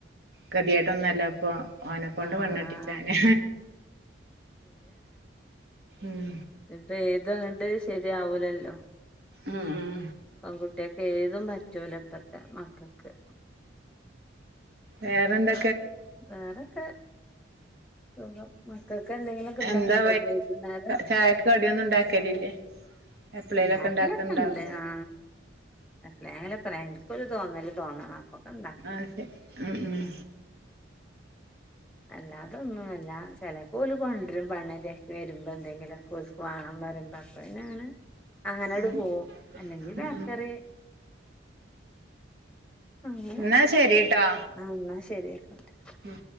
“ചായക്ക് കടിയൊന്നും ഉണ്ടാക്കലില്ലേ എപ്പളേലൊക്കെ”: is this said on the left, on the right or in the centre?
Right